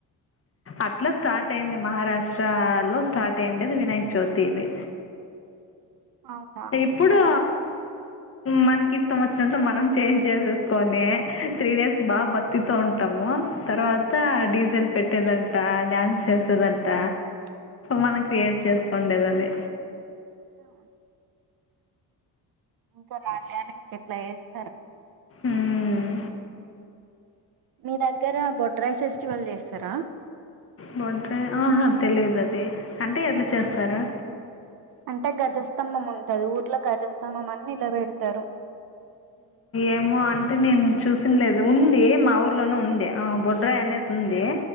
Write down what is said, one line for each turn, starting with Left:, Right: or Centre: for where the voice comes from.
Left: అట్లా స్టార్ట్ అయింది మహారాష్ట్ర లో స్టార్ట్ అయిండేది వినాయక చవితి ఇది
Right: అవునా
Left: ఇప్పుడు మనకి ఇష్టం వచ్చినట్టు మనం చేంజ్ చేసేసుకొని త్రీ డేస్ బాగా భక్తితో ఉంటాము తర్వాత డీజే పెట్టేదంట డ్యాన్స్ చేసేదంట
Right: ఆ
Left: మనం క్రియేట్ చేసుకోండేది అది
Right: ఆ ఇంకా రాను రాను ఎట్లా చేస్తారో
Left: మ్మ్.
Right: మీ దగ్గర బొడ్రాయ ఫెస్టివల్ చేస్తారా
Left: బొడ్రాయి ఆహా తెలీదు అది అంటే ఎట్లా చేస్తారా
Right: అంటే గజస్తంభం ఉంటది ఊర్లో గజస్తంభం అని నిలబెడతారు
Left: ఏమో అంటే నేను చూసిన లేదు ఉంది మా ఊర్లోనే ఉంది ఆ బొడ్రాయ అనేది ఉంది